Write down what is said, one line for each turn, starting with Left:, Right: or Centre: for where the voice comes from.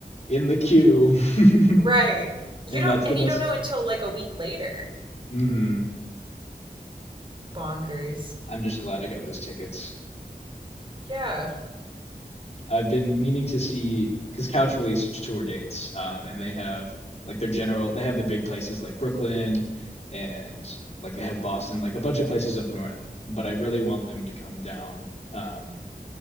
Left: in the queue. <laughs>
Right: <laughs> right? You
Left: And
Right: don't,
Left: that's
Right: and
Left: the most
Right: you don't know until like a week later.
Left: hmm
Right: Bonkers.
Left: I'm just glad I got those tickets.
Right: Yeah.
Left: I've been meaning to see because Couch released tour dates, um, and they have like their general, they have the big places like Brooklyn and like they have Boston, like a bunch of places up north. But I really want them to come down um,